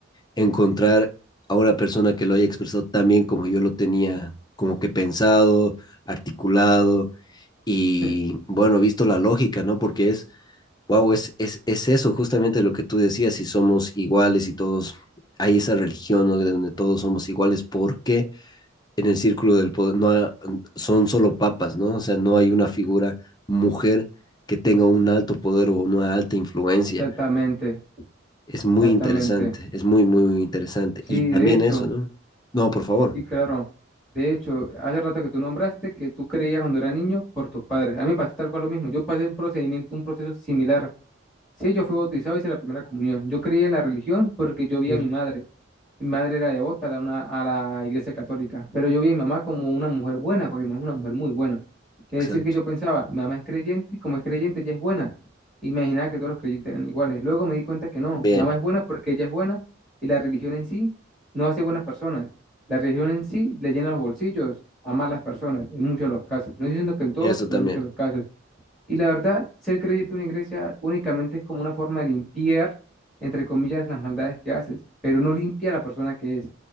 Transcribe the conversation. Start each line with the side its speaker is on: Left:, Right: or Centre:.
Left: encontrar a una persona que lo haya expresado tan bien como yo lo tenía como que pensado, articulado y
Centre: <laughs>
Left: bueno, visto la lógica, ¿no? Porque es Wow, es, es, es eso justamente lo que tú decías, si somos iguales y todos, hay esa religión ¿no? de donde todos somos iguales, porque en el círculo del poder no ha- son solo papas, ¿no? O sea, no hay una figura mujer que tenga un alto poder o una alta influencia.
Centre: Exactamente,
Left: Es muy
Centre: exactamente.
Left: interesante, es muy, muy, muy interesante.
Centre: Sí,
Left: Y también
Centre: de hecho,
Left: eso, ¿no? No, por favor.
Centre: sí, claro. De hecho, hace rato que tú nombraste que tú creías cuando era niño por tus padres. A mí me pasó tal cual lo mismo. Yo pasé un procedimiento, un proceso similar Sí, yo fui bautizado, hice la primera comunión. Yo creía en la religión porque yo vi
Left: Mm,
Centre: a mi madre. Mi madre era devota a la, una- a la iglesia católica, pero yo vi a mi mamá como una mujer buena, porque mi mamá es una mujer muy buena.
Left: Exacto.
Centre: Es decir, que yo pensaba, mi mamá es creyente y como es creyente, ella es buena. Imaginaba que todos los creyentes eran iguales. Luego me di cuenta que no,
Left: Bien,
Centre: mi mamá es buena porque ella es buena y la religión en sí no hace buenas personas. La religión en sí le llena los bolsillos a malas personas, en muchos de los casos. No diciendo que en todos,
Left: y eso
Centre: pero
Left: también.
Centre: en muchos de los casos. Y la verdad, ser creyente en una iglesia únicamente es como una forma de limpiar, entre comillas, las maldades que haces, pero no limpia a la persona que es.